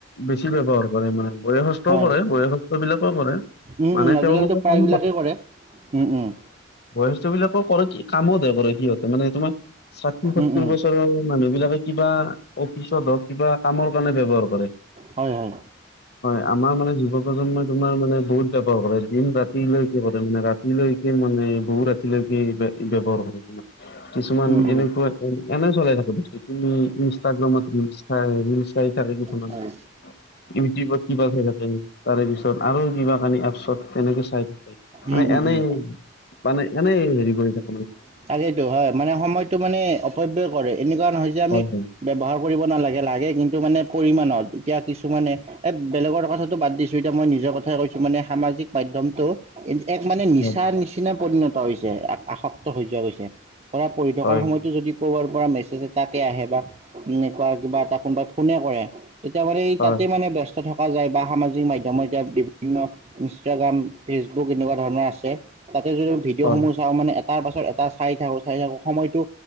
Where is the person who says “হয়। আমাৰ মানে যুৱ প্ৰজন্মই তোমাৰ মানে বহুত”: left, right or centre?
Left